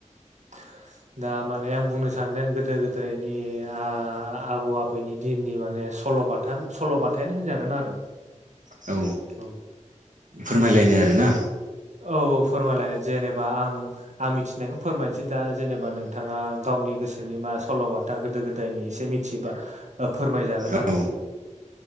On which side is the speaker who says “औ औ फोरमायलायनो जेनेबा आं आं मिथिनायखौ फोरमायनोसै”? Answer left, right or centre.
Right